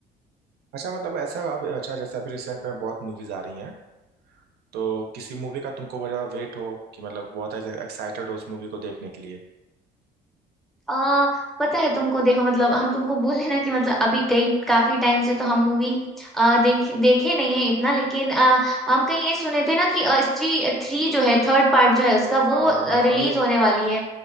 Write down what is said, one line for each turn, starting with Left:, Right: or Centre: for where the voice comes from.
Right: अच्छा मतलब ऐसा अब अच्छा जैसे अभी रिसेंट में बहुत मूवीज आ रही हैं तो किसी मूवी का तुमको बहुत ज़्यादा वेट हो कि मतलब बहुत एक्साइटेड हो उस मूवी को देखने के लिए
Centre: आ, पता है तुमको देखो मतलब हम तुमको बोले ना कि मतलब अभी कई काफी टाइम से तो हम मूवी आ, देख देखे नहीं है इतना लेकिन अ, हम कहीं ये सुने थे ना कि अ, स्त्री थ्री जो है थर्ड पार्ट जो है उसका वो
Right: हाँ हाँ हाँ
Centre: रिलीज
Right: अभी
Centre: होने वाली है